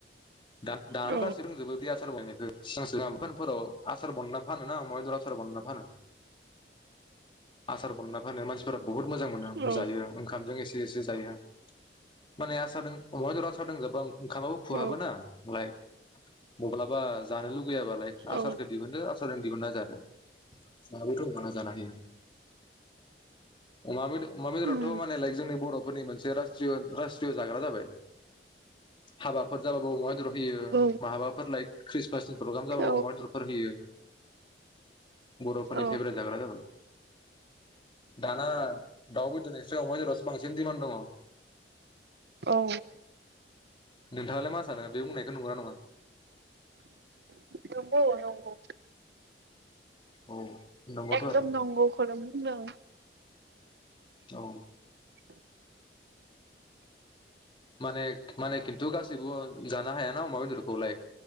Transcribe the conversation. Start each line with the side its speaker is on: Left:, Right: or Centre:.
Left: दा-दा
Right: औ
Left: गासै दंजोबो बि आसार बनाय ओ सिगां सिगां बनफोराव आसार बनना फानो ना आमाबेदर आसार बनना फानो आसार बनना फानो मानसिफोरा बुहुत मोजां मोन
Right: औ
Left: जायो ओंखामजों एसे देसे जायो। माने आसा दं अमा बेदर लोंजोबो ओंखामाबो खुहाबोना
Right: औ
Left: लाइ मबलाबा जानो फैयाबालाय आसारखौ
Right: औ
Left: दिहुनदो आसारजों दिहुना जादो <unintelligible> जानो हयो अमा अमा बेदरावथ
Right: उम
Left: मानेलाय जोंनि बर' फोरनि मोनसे राज रासट्रिय जाग्रा जाबाय हाबाफोर जाबाबो अम बेदर होयो
Right: औ
Left: माबाफोर लाय ख्रि प्रग्राम जाबाबो
Right: औ
Left: अमा बेदरफोर होयो। बर' फोरनि
Right: औ
Left: फेभरेट जाग्रा जाबाय दा ना दाव बे सो बांसिन दिमान दंङ।
Right: औ
Left: नोंथाङालाय मा सानो बे बुंनायखौ नंगौ ना नङा?
Right: नंगौ नंगौ
Left: औ नंगौथ'
Right: एकदम
Left: आरो
Right: नंगौ खौ नो बुंदों।
Left: औ माने माने खिन्थु गासैबो जानो हायाना अमा बेदरखौ लाइक